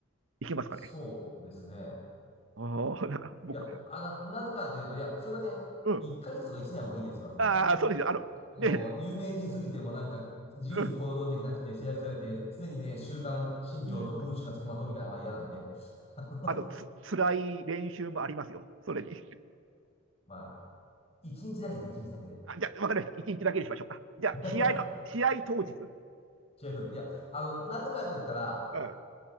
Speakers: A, on the right; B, on the left.
A: いけますかね。
B: そうですね。
A: ああ、<laughs> なんか僕、
B: いや、あ、な、なぜかというと、いや、それがね、
A: うん、
B: 1ヶ月とか1年はもういいですわ、そんな、
A: ああ、
B: あの、
A: そうですよ、
B: もう、
A: あの、
B: もう、
A: ね、
B: もう有名人すぎてもうなんか自由に行動できなくて制約されて、
A: うん、
B: 常にね、週刊新潮と文春が付きまとうみたいなのは嫌なんで、
A: うん、
B: <laughs> あの
A: あとつ、辛い練習もありますよ、それに。
B: まあ、1日だけです、日だけで。
A: あじゃあ、わかりました、一日だけにしましょうか。じゃあ、
B: <laughs>
A: 試合の、試合当日。
B: 試合そうです。いや、あの、なぜかと言ったら、
A: うん、